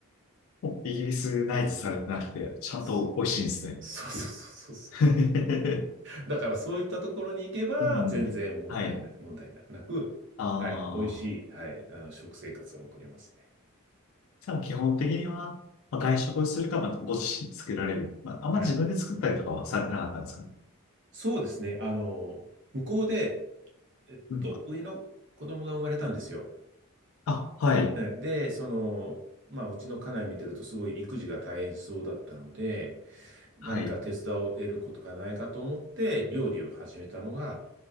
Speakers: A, on the left (about 65°); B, on the right (about 55°).
A: おイギリスナイズされてなくて、ちゃんと美味しいんですね。
B: そそうそうそうそう
A: <laughs>
B: だからそういったところに行けば、
A: うん。
B: 全然問題な、
A: はい。
B: 問題なく、
A: あ
B: はい、美味しい、
A: あ。
B: はい、あの、食生活が送れますね。
A: でも基本的には、まあ、外食をするか、まあ、ご自身で作られる。まあ、あんま自分で作ったりとかはされてなかったんですかね。
B: はい。そうですね。あの、向こうで、えっと、
A: うん。
B: 上の子供が生まれたんですよ。
A: あ、はい。
B: えで、その、まあ、うちの家内見てるとすごい育児が大変そうだったので、何か手伝を得ることがないかと思って料理を始めたのが、
A: はい。